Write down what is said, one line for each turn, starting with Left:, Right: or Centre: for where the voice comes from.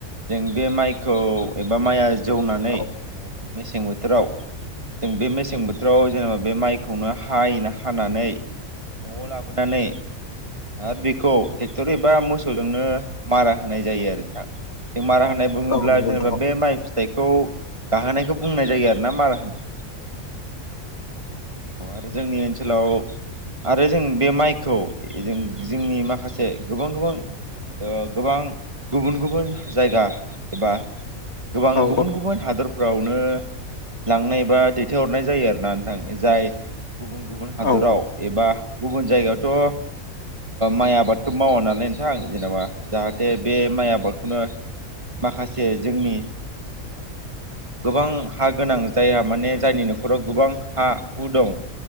Right: जों बे माइखौ एबा माइआ जौनानै
Left: औ
Right: मेसें बोथोराव जों बे मेसें बोथोराव जेनेबा बे माइखौनो हायो हानानै‌ न'आव लाबोनानै आरो बेखौ ट्रेक्टर एबा मोसौजोंनो मारा होनाय जायो आरो नोंथां जों मारा होनाय बुङोब्ला
Left: औ नंगौ
Right: जेनेबा
Left: नोंथां
Right: बे माइ फिथाइखौ गाहोनायखौ बुंनाय जायो आरो ना मारा होनाय। औ आरो जोंनि ओनसोलाव आरो जों बे माइखौ जों जोंनि माखासे गोबां गोबां। ओ गोबां गुबुन गुबुन जायगा एबा गोबां
Left: औ
Right: गुबुन गुबुन हादरफो फ्रावनो लांनाय बा दैथायहरनाय जायो आर ना नोंथां जाय गुबुन गुबुन हादराव
Left: औ
Right: एबा गुबुन जायगायावथ' ओ माइ आबादखौ मावा नालाय नोंथां जेनेबा। जाहाथे बे माइ आबादखौनो माखासे जोंनि। गोबां हा गोनां जायहा माने जायनि न'खराव गोबां हा हु दं।